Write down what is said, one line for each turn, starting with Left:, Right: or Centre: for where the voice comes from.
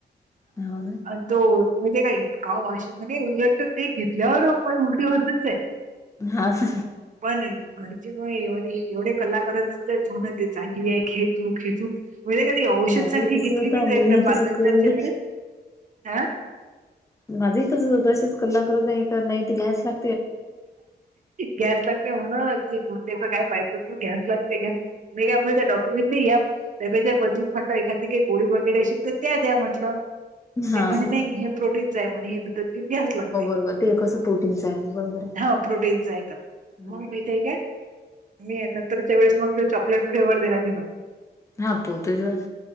Left: हो ना
Right: <unintelligible> दो म्हणजे का इतका वाशी म्हणे उलट ते घेतल्यावर म उलटी होतच आहे
Left: हाच
Right: पण घरचेमुळे व एवढे कलाकारच होण ते चांगली आहे घेतू, घेतू म्हणजे कधी औषध
Left: माझं
Right: सारखी
Left: तसच
Right: घेतली
Left: होतं
Right: मी त एकदा पा
Left: तसेच
Right: नंतरच्या
Left: करून
Right: वेळेस आ
Left: माझे इ तर तशीच कल्ला करत नाहीत गॅस ला-
Right: गॅस लागते म्हणा ते ते प काय पाहिजं तू गॅस लागतेय का मी का मझ डॉ तुम्ही मी याप बदल म्हटलं एखादी काही गोळी वगैरे असेल तर त्या द्या म्हटल ते
Left: हा
Right: म्हणे
Left: हा
Right: नाही हे प्रोटीन ज आहे म्हणे हे दुधात घेऊन घ्यास लागते
Left: तेव्हा ते कसं? प्रोटीनच आहे बरोबर आहे.
Right: हाव प्रोटीनच आहे तर मग तुम्हाला
Left: हा
Right: माहिती आहे काय मी नंतरच्या वेळेस मग ज चॉकलेट फ्लेवर्हर दिला तीन
Left: हा तू ते जर